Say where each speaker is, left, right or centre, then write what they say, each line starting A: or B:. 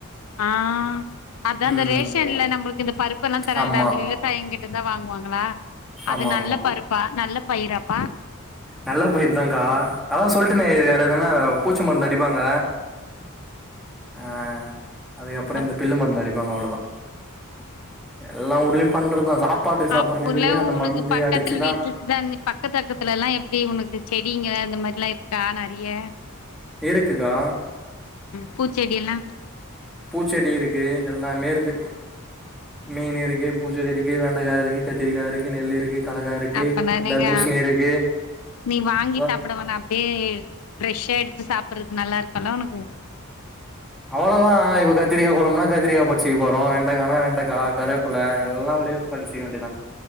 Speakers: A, on the left (about 80°); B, in the centre.
A: ஆ அதா
B: ம்
A: இந்த ரேஷன்ல நம்ளுக்கு இந்தப் பருப்பு எல்லாந் தராங்ளே
B: ஆமா
A: அந்த விவச் சாயங்கிட்டுதா வாங்வாங்களா
B: ஆமா
A: அது நல்லப்
B: ஆமா
A: பருப்பா நல்லப் பயிராப்பா
B: நல்லப் பயிர்தாங்க்கா அதா சொல்ட்டனே இத டே தான பூச்ச மருந்து அடிப்பாங்க அ அதுக்கப்றோ
A: அப்டி
B: இந்த பில்லு மருந்து அடிப்பாங்க அவ்ளோதா எல்லா ஊர்லயு பண்றதா சாப்பாட்டுக்கு சாப்பிடுறோன்
A: அப்போல்லா
B: சொல்லி அந்த
A: உனக்கு
B: மருந்து
A: பக்கத்துல
B: அடிச்சுதா
A: வீட்ல தா அந்த பக்க பக்கத்துல எல்லா எப்டி உனக்கு செடிங்க இந்த மாரிலா இருக்கா நெறிய
B: இருக்குக்கா
A: பூச்செடி எல்லா
B: பூச்செடி இருக்கு எல்லாமே இருக்கு மீன் இருக்கு பூச்செடி இருக் கு வெண்டகா இருக்கு கத்திரிகா இருக்கு நெல்லு இருக்கு கலக்கா இருக்கு
A: அப்பனா நீங்க
B: தர்பூசணி இருக்கு
A: நீ வாங்கி
B: அதா
A: சாப்ட வேணா அப்டியே ஃப்ரெஷ்ஷா எடுத்து சாப்பிட்றது நல்லா இருக்குல்ல உனக்கு
B: அவ்ளோதா இப்ப கத்திரிக்கா குழம்புனா கத்திரிக்கா பச்சிக்க போறோ வெண்டக்கானா வெண்டக்கா கருவாப்பல எல்லா அப்டியே பறிச்சுக்க வேண்டியதா